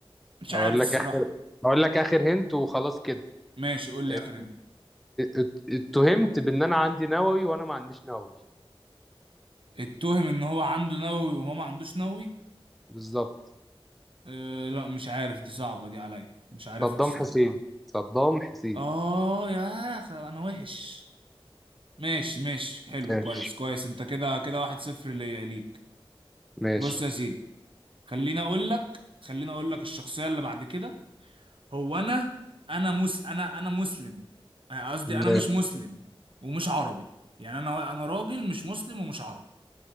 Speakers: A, on the right; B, in the centre.
A: مش
B: اقول
A: عارف
B: لك
A: الصراحة
B: اخر اقول لك اخر هنت وخلاص كده
A: ماشي قول لي
B: ات-
A: آخر انت
B: ات- اتهمت بان انا عندي نووي وانا ما عنديش نووي
A: اتهم ان هو عنده نووي وهو ما عندوش نووي
B: بالظبط
A: أه... لا مش عارف دي صعبة دي عليا مش عارفها
B: صدام
A: الصراحة
B: حسين صدام حسين
A: اه يا اخي انا وحش ماشي ماشي حلو
B: ماشي
A: كويس كويس انت كده كده واحد صفر ليا ليك
B: ماشي
A: بص يا سيدي خليني اقول لك خليني اقول لك الشخصية اللي بعد كده هو انا انا مس انا انا مسلم آه، قصدي
B: ماشي
A: انا مش مسلم ومش عربي يعني انا انا راجل مش مسلم ومش عربي